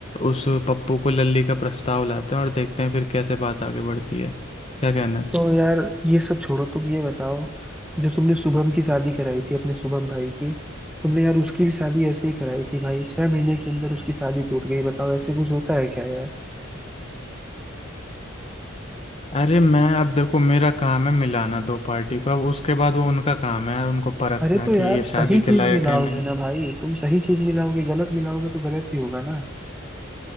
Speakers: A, on the left; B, in the centre.
A: उस पप्पू को लल्ली का प्रस्ताव लाते हैं और देखते हैं फिर कैसे बात आगे बढ़ती है क्या कहना है
B: तो यार ये सब छोड़ो तुम ये बताओ जो तुमने शुभम की शादी कराई थी अपने शुभम भाई की तुमने यार उसकी भी शादी ऐसे ही कराई थी भाई छह महीने के अंदर उसकी शादी टूट गई बताओ ऐसे कुछ होता है क्या यार
A: अरे मैं अब देखो मेरा काम है मिलाना दो पार्टी को अब उसके बाद वो उनका काम है यार उनको परखना
B: अरे तो
A: कि
B: यार
A: ये शादी
B: सही
A: के
B: चीज
A: लायक
B: मिलाओगे
A: है नहीं
B: ना भाई तुम सही चीज मिलाओगे गलत मिलाओगे तो गलत ही होगा ना